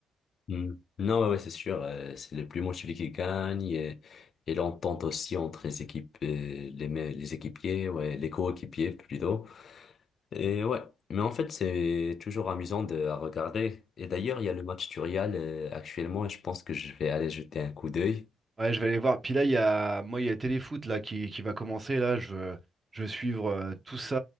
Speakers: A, on the left (about 55°); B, on the right (about 25°).
A: Hmm. Non, ouais, ouais, c'est sûr, euh, c'est le plus motivé qui gagne et, et l'entente aussi entre les équipes, euh, les, me- les équipiers, ouais, les coéquipiers plutôt. Et ouais, mais en fait, c'est toujours amusant de, à regarder. Et d'ailleurs, il y a le match du Real euh, actuellement et je pense que je vais aller jeter un coup d'œil.
B: Ouais, je vais aller voir. Puis là, il y a, moi, il y a le Téléfoot là qui, qui va commencer. Là, je veux, je veux suivre euh, tout ça